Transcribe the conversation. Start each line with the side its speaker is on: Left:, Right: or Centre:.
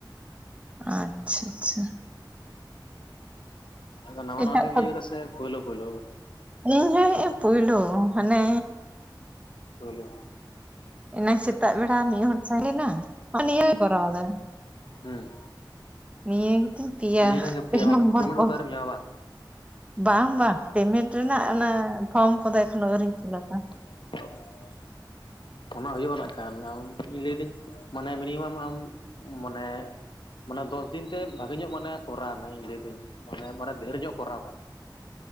Right: ᱟᱪᱪᱷᱟ ᱟᱪᱪᱷᱟ᱾
Left: ᱟᱫᱚ ᱱᱟᱣᱟ
Right: ᱮᱴᱟᱜ
Left: ᱱᱟᱣᱟ ᱜᱮᱤᱭᱟᱹ
Right: ᱠᱚ
Left: ᱛ ᱥᱮ ᱯᱳᱞ ᱯᱭᱞ
Right: ᱤᱧ ᱦᱮ ᱯᱳᱞᱩ ᱢᱟᱱᱮᱼᱼ
Left: ᱵᱞᱩ
Right: ᱮᱱᱟ ᱥᱮᱛᱟᱜ ᱵᱮᱲᱟ ᱢᱤᱫ ᱦᱚᱲᱚᱲ ᱛᱟᱦᱮᱸᱱᱟ ᱟᱨ ᱱᱤᱭ ᱠᱚᱨᱟᱣ ᱮᱫᱟ᱾
Left: ᱦᱮᱸ
Right: ᱱᱤᱭᱟᱹ ᱜᱮᱛᱤᱧ ᱯᱭᱟ
Left: ᱠᱷᱟᱱ ᱜᱮ
Right: ᱯᱮ
Left: ᱯᱮᱭᱟ
Right: ᱱᱚᱢᱵᱚᱨ
Left: ᱯᱮᱢᱮᱱᱴ
Right: ᱠᱚᱞᱼᱼ
Left: ᱠᱚᱫᱚ ᱟᱹᱣᱨᱤᱢ ᱧᱟᱢᱟ ᱵᱟᱝ
Right: ᱵᱟᱝ ᱵᱟᱝ ᱯᱮᱢᱮᱱᱴ ᱨᱮᱱᱟᱜ
Left: ᱚ
Right: ᱚᱱᱟ ᱯᱷᱚᱨᱚᱢ ᱠᱚᱫᱚ ᱮᱠᱷᱚᱱᱳ ᱟᱹᱣᱨᱤᱧ ᱯᱷᱤᱞᱟᱯᱼᱟ᱾
Left: <unintelligible> ᱚᱱᱟ ᱦᱩᱭᱩᱜᱼᱟ ᱠᱷᱟᱱ ᱤᱧ ᱞᱟᱹᱭᱫᱟᱹᱧ ᱢᱟᱱᱮ ᱢᱤᱱᱤᱢᱟᱢ ᱟᱢ ᱢᱟᱱᱮᱼᱼ ᱢᱟᱱᱮ ᱫᱚᱥ ᱫᱤᱱ ᱛᱮ ᱵᱷᱟᱜᱮ ᱧᱚᱜ ᱢᱟᱱᱮ ᱠᱚᱨᱟᱣ ᱢᱮ ᱤᱧ ᱞᱟᱹᱭᱫᱟᱹᱧ ᱢᱟᱱᱮ ᱢᱟᱱᱮ ᱰᱷᱮᱨ ᱧᱚᱜ ᱠᱚᱨᱟᱣ ᱠᱟᱜ ᱢᱮᱼᱼ